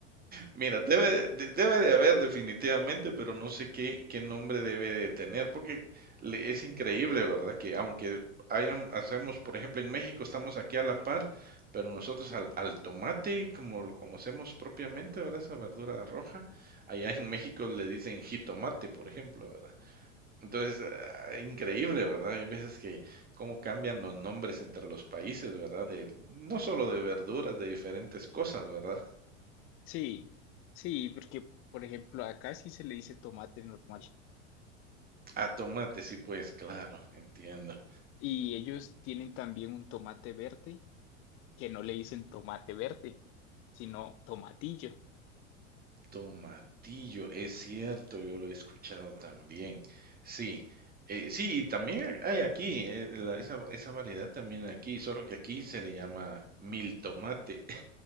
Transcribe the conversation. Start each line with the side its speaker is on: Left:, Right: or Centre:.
Right: Mira, debe, de- debe de haber definitivamente, pero no sé qué, qué nombre debe de tener, porque le- es increíble, ¿verdad? Que aunque hayan, hacemos, por ejemplo, en México estamos aquí a la par, pero nosotros al, al tomate, como lo conocemos propiamente, ¿verdad? Esa verdura roja, allá en México le dicen jitomate, por ejemplo, ¿verdad? Entonces, ah, increíble, ¿verdad? Hay veces que cómo cambian los nombres entre los países, ¿verdad? De, no solo de verduras, de diferentes cosas, ¿verdad?
Left: sí, sí, porque por ejemplo acá sí se le dice tomate normal
Right: A tomate, sí, pues claro, entiendo.
Left: y ellos tienen también un tomate verde que no le dicen tomate verde, sino tomatillo.
Right: Tomatillo, es cierto, yo lo he escuchado también. Sí, eh, sí, y también hay aquí, eh, la- esa, esa variedad también aquí, solo que aquí se le llama mil tomate.